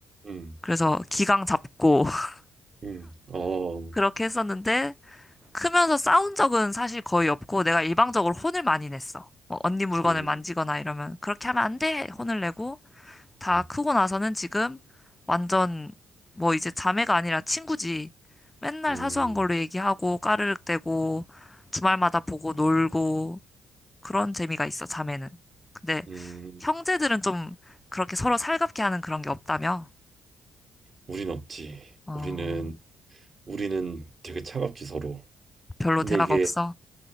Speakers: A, on the right; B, on the left.
A: 음,
B: 그래서 기강 잡고 <laughs>
A: 음, 어,
B: 그렇게 했었는데 크면서 싸운 적은 사실 거의 없고 내가 일방적으로 혼을 많이 냈어. 뭐 언니 물건을
A: 음,
B: 만지거나 이러면 그렇게 하면 안 돼! 혼을 내고 다
A: 음.
B: 크고 나서는 지금 완전 뭐 이제 자매가 아니라 친구지. 맨날
A: 음.
B: 사소한 걸로 얘기하고 까르륵대고 주말마다 보고 놀고 그런 재미가 있어, 자매는. 근데
A: 음,
B: 형제들은 좀 그렇게 서로 살갑게 하는 그런 게 없다며?
A: 우린 없지.
B: 어,
A: 우리는 우리는 되게 차갑지 서로.
B: 별로
A: 근데
B: 대화가
A: 이게
B: 없어?